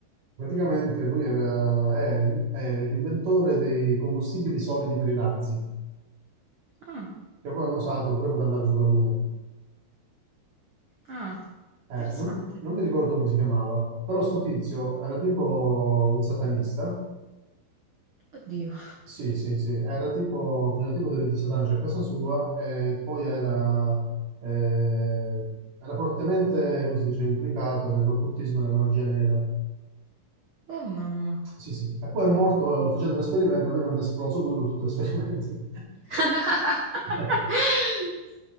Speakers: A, on the right; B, on the right.
A: Praticamente lui era, è, è l'inventore dei combustibili solidi per i razzi,
B: Ah,
A: che poi hanno usato pure per andare sulla Luna.
B: ah,
A: Eh,
B: interessante.
A: non, non mi ricordo come si chiamava, però sto tizio era tipo un satanista
B: Oddio.
A: Sì, sì, sì, era tipo, faceva tipo delle disadanze a casa sua e poi era, eh, era fortemente, come si dice, implicato nell'occultismo e nella magia nera.
B: Oh mamma.
A: Sì, sì. E poi è morto eh, facendo l'esperimento, lui non è esploso lui con tutto l'esperimento.
B: <laughs>
A: <laughs>